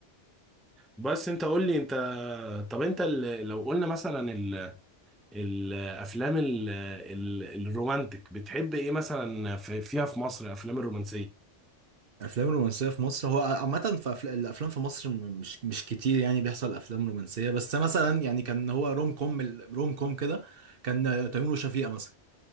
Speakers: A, in the centre; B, on the right.
A: بس انت قول لي انت طب انت ال- لو قلنا مثلا ال- الافلام ال- ال- الرومانتك بتحب ايه مثلا في فيها في مصر افلام الرومانسية
B: الافلام الرومانسيه في مصر هو عامه في أفل... الافلام في مصر م- مش مش كتير يعني بيحصل افلام رومانسيه بس مثلا يعني كان هو روم كوم روم كوم كده كان تيمور وشفيقة مثلا